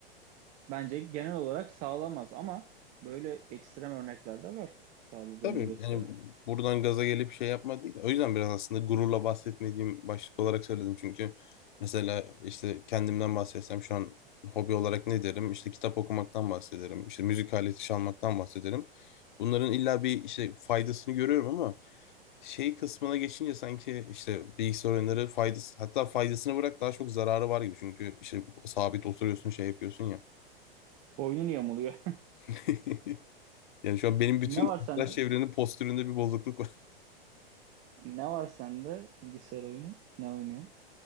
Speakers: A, on the right; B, on the left.
A: Bence genel olarak sağlamaz ama böyle ekstrem örnekler de var sağladığını
B: Tabii
A: gösteren.
B: yani buradan gaza gelip şey yapmadık. O yüzden biraz aslında gururla bahsetmediğim başlık olarak söyledim. Çünkü mesela işte kendimden bahsetsem şu an hobi olarak ne derim? İşte kitap okumaktan bahsederim. İşte müzik aleti çalmaktan bahsederim. Bunların illa bir işte faydasını görüyorum ama Şey kısmına geçince sanki işte bilgisayar oyunları faydası hatta faydasını bırak daha çok zararı var gibi. Çünkü işte sabit oturuyorsun şey yapıyorsun ya.
A: Boynun yamuluyor. <laughs>
B: <laughs> Yani şu an benim bütün
A: Ne var sende?
B: arkadaş çevrenin postüründe bir bozukluk var. <laughs>
A: Ne var sende bilgisayar oyunu? Ne oynuyor?